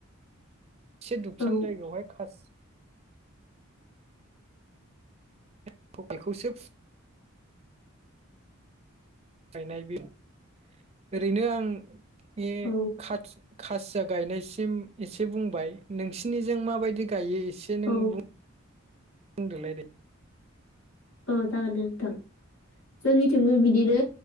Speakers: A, on the right; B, on the left.
A: से दुबसां
B: औ
A: जायगायावहाय <unintelligible> <unintelligible> बेखौसो <unintelligible> गायनाय बि <inaudible> ओरैनो आं बे
B: औ
A: खाथि खासिया गायनायस <unintelligible> एसे बुंबाय नोंसिनिजों माबायदि गायो? एसे नों
B: औ
A: बुं बुंदोलाय दे।
B: औ जागोन दे नोंथां, जोंनिथिंबो बिदिनो